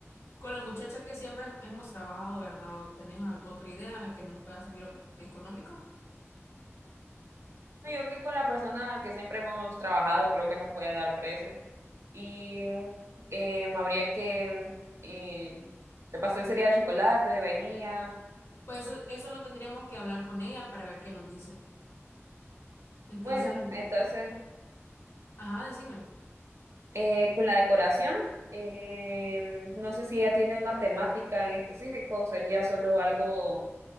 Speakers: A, on the left; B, on the right.
A: Con la muchacha que siempre hemos trabajado, ¿verdad? ¿O tenés alguna otra idea que nos pueda salir económico?
B: Yo que con la persona que siempre hemos trabajado, creo que nos puede dar precio. Y em, habría que eh, el pastel sería de chocolate, de vainilla.
A: Pues eso, eso lo tendríamos que hablar con ella para ver qué nos dice. Entonces,
B: Bueno, entonces
A: ajá, decime.
B: eh, con la decoración, em, no sé si ella tiene una temática en específico o sería solo algo